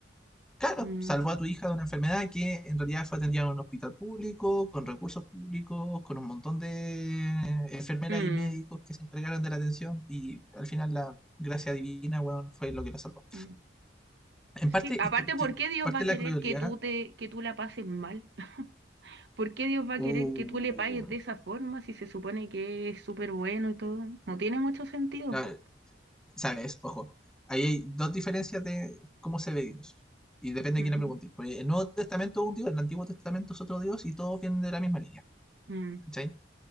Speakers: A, in the centre; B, on the right.
A: Claro,
B: mm,
A: salvó a tu hija de una enfermedad que en realidad fue atendida en un hospital público, con recursos públicos, con un montón de enfermeras
B: mm,
A: y médicos que se encargaron de la atención y al final la gracia divina, weón, fue lo que la salvó.
B: mm.
A: En
B: Sí,
A: parte,
B: aparte,
A: es que,
B: ¿por
A: que
B: qué Dios
A: parte
B: va a
A: de
B: querer
A: la crueldad,
B: que tú te, que tú la pases mal? ¿Por qué Dios va a
A: uh,
B: querer que tú le pagues de esa forma si se supone que es súper bueno y todo? No tiene mucho sentido.
A: la- sabes, ojo, ahí hay dos diferencias de cómo se ve Dios. Y depende
B: Ujú.
A: de quién le pregunte. Porque el Nuevo Testamento es un Dios, el Antiguo Testamento es otro Dios y todos vienen de la misma línea.
B: Mm.
A: ¿Cachai?